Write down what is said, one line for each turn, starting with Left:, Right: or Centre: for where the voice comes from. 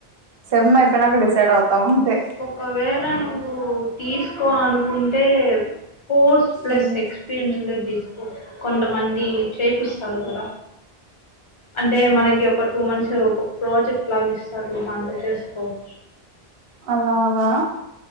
Right: సేమ్ అయిపోయినాక
Left: అసలు
Right: డిసైడ్ అవుతాం అంతె
Left: ఒకవేళ నువ్వు తీసుకో అనుకుంటే కోర్స్ ప్లస్
Right: ఉమ్
Left: ఎక్స్పీరియన్స్ ఉండేది తీసు కొ కొంతమంది చేపిస్తారు కదా. అంటే మనకి ఒక టూ మంత్స్ ఒక ప్రాజెక్ట్ లాగా ఇస్తారు దాంట్లో చేస్ కోవచ్చు.
Right: అలాగా.